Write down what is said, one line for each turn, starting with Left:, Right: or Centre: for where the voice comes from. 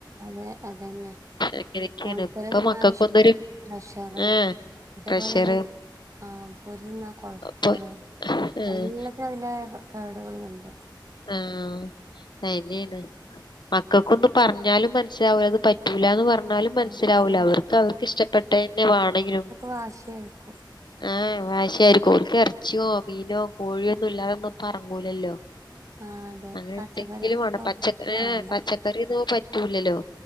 Right: അതെ അതന്നെ
Left: അങ്ങനെയൊക്കെയാണ്
Right: ഓണത്തിന്
Left: ഇപ്പൊ
Right: തിന്ന
Left: മക്കൾക്കൊന്നൊരു
Right: ശേഷം പ്രഷറ്
Left: ആഹ്
Right: അതേപോലെ
Left: പ്രഷറ്
Right: തന്നെ ആഹ് പൊരി തിന്നാൽ കൊളസ്ട്രോള്.
Left: അപ്പൊ ആഹ്
Right: എല്ലത്തിനും അതിന്റേതായ കേടുകളുണ്ട്.
Left: ആഹ് അതന്നെണ് മക്കൾക്കൊന്നും പറഞ്ഞാലും മനസ്സിലാവൂല ഇത് പറ്റൂലന്ന് പറഞ്ഞാലും മനസ്സിലാവൂല,
Right: ആഹ് പറഞ്ഞ
Left: അവർക്ക് അവർക്ക് ഇഷ്ടപ്പെട്ട തന്നെ വേണെങ്കിലും
Right: വാശിയായിക്കും.
Left: ആഹ് വാശിയായിരിക്കും ഓൽക്ക് എർ എർച്ചിയോ മീനോ കോഴിയൊന്നും ഇല്ലാതൊന്നും പ്പോ എറങ്ങൂലല്ലോ.
Right: ആ അതെ
Left: അങ്ങനെ
Right: പച്ചക്കറിയൊന്നും
Left: ഉണ്ടെങ്കിലും വാണ്ട
Right: ഇപ്പ
Left: പച്ചക്ക
Right: കുട്ടിക്ക് വേണ്ട
Left: ഏയ് പച്ചക്കറി ഒന്നും പറ്റൂലല്ലോ.